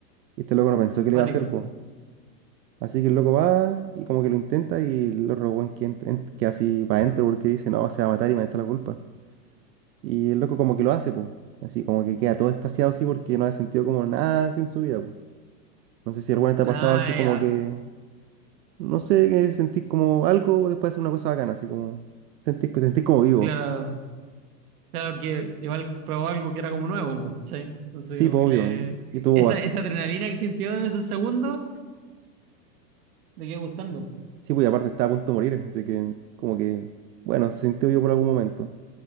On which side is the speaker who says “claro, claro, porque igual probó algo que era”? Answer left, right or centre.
Right